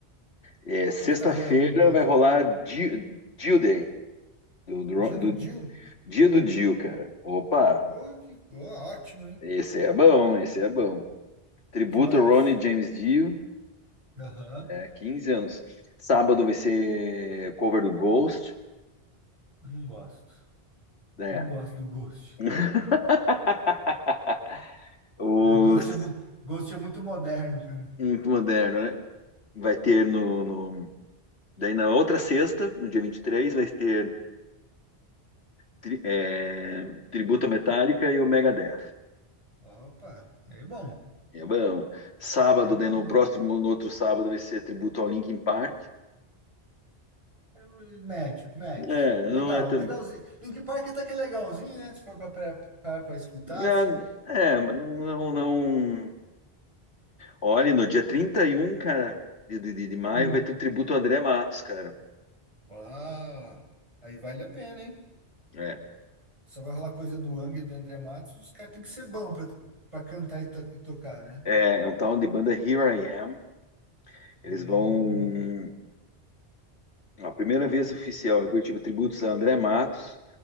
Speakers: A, on the left; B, on the right.
A: É, sexta-feira
B: que que tá rolando no Blood?
A: vai rolar Deal Deal Day do, do,
B: Dia do Jill?
A: Dia do Dio, cara. Opa,
B: Oh, que ó, ótimo, hein?
A: esse é bom, esse é bom. Tributo
B: que mais?
A: Ronnie James Dio,
B: Aham,
A: é, 15 anos. Sábado vai ser cover do Ghost,
B: eu não gosto.
A: né?
B: Não gosto do Ghost.
A: <laughs>
B: Eu- Ghost
A: Os-
B: é, mu Ghost é muito moderno pra mim.
A: Muito moderno, né? Vai ter no, no- Daí na outra sexta, no dia 23, vai ter tri- é, Tributo à Metallica e o Megadeth.
B: Opa, aí é bom.
A: É bom. Sábado,
B: Aí é bom.
A: daí no próximo, no outro sábado, vai ser tributo ao Linkin Park.
B: É médio, médio.
A: É, não
B: Legal,
A: é tão.
B: legalzinho. Linkin Park até que é legalzinho, né? Se for pra, pra, pra, pra escutar,
A: Ah,
B: assim.
A: É, mas não, não, não. Olha, no dia 31, cara, de, de, de maio,
B: Hum.
A: vai ter o tributo ao André Matos, cara.
B: Uau, aí vale a pena, hein?
A: É.
B: Só vai rolar coisa do Angra e do André Matos. Os caras têm que ser bons pra, pra cantar e, to- e tocar, né?
A: É, é um tal de banda Here I Am. Eles
B: Hum.
A: vão. A primeira vez oficial em Curitiba, tributos a André Matos,